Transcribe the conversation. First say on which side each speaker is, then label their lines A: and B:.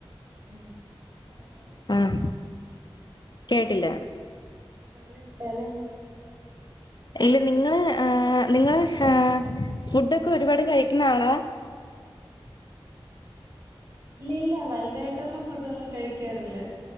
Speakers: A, on the right; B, on the left.
A: അല്ല സ്ഥലം എവിട്ടരുന്നു
B: ആഹ്
A: ചേച്ചി
B: കേട്ടില്ല
A: സലം സ്ഥലം
B: ഇല്ല നിങ്ങള് ആഹ് നിങ്ങള് ആഹ് ഫുഡൊക്കെ ഒരുപാട് കഴിക്കുന്ന ആളാ
A: ഇല്ല ഇല്ല വലുതായിട്ടൊന്നും ഫുഡൊന്നും കഴിക്കാറില്ല